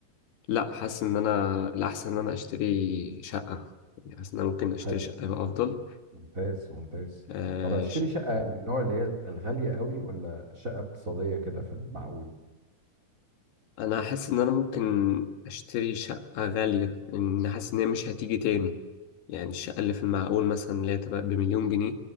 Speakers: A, on the left (about 75°); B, on the right (about 20°).
A: لا حاسس ان انا الاحسن ان انا اشتري شقه يعني حاسس ان انا ممكن اشتري
B: حلو
A: شقه يبقى افضل
B: ممتاز ممتاز
A: آه
B: طب هتشتري
A: ش-
B: شقه من النوع اللي هي الغاليه قوي ولا شقه اقتصاديه كده في المعقول
A: انا حاسس ان انا ممكن اشتري شقه غاليه ان حاسس ان هي مش هتيجي تاني يعني الشقة اللي في المعقول مثلا اللي هي تبقى بمليون جنيه